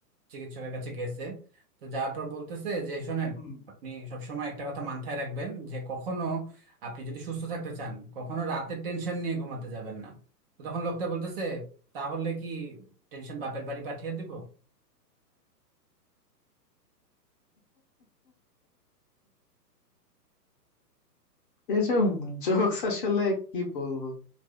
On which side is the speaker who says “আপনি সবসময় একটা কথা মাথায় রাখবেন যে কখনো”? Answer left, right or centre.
Right